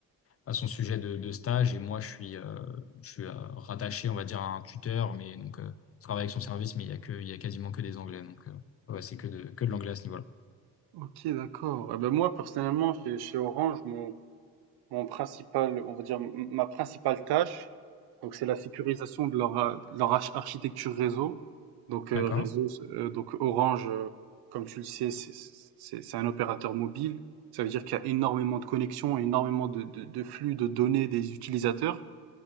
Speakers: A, on the left; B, on the right.
A: a son sujet de, de stage et moi, je suis, euh, je suis euh, rattaché, on va dire, à un tuteur, mais donc, euh, je travaille avec son service, mais il y a que, il y a quasiment que des anglais, donc, euh, ouais, c'est que de, que de l'anglais à ce niveau-là.
B: OK, d'accord. Et ben moi, personnellement, chez chez Orange, mon mon principal, on va dire, m- ma principale tâche, donc c'est la sécurisation de leur, a- de leur arch- architecture réseau. Donc euh,
A: D'accord.
B: réseau, euh, donc Orange, euh, comme tu le sais, c'est c'est- c'est un opérateur mobile. Ça veut dire qu'il y a énormément de connexions, énormément de, de, de flux de données des utilisateurs.